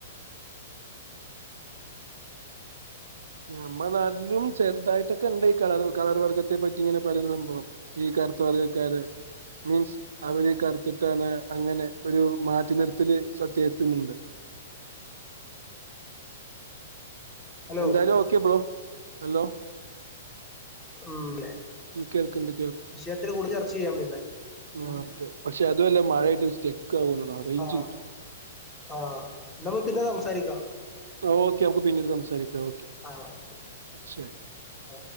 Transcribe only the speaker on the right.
നമ്മളെ നാട്ടിലും ചെറുതായിട്ടൊക്കെ ണ്ട് ഈ കളർ കളർ വർഗത്തെ പറ്റി ഇങ്ങനെ പറയുന്ന സംഭവം ഈ കറുത്ത വർഗക്കാര് മീൻസ് അവര് കറുത്തിട്ടാണ് അങ്ങനെ ഒരു മാറ്റി നിർത്തൽ സത്യാ യി റ്റുമുണ്ട്
എന്തായാലും ഓക്കിയബ്ലോ ഹലോ
കേൾക്കണ്ട്
ആതെ പക്ഷെ അതു അല്ല മഴട്ട് ച റയ്ഞ്ച്
കിട്ട്
ഓക്കെ നമക്ക് പിന്നീട് സംസാരിക്കാം ഒക്കെ
ശരി